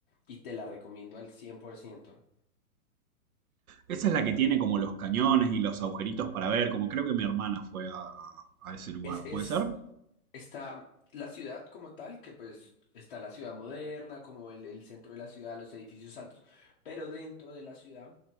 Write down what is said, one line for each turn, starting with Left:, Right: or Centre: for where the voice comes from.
Left: Y te la recomiendo al cien por ciento
Right: Esa es la que tiene como los cañones y los agujeritos para ver, como creo que mi hermana fue a, a ese lugar,
Left: Es, es,
Right: ¿puede ser?
Left: está la ciudad como tal, que pues está la ciudad moderna, como el, el centro de la ciudad, los edificios altos, pero dentro de la ciudad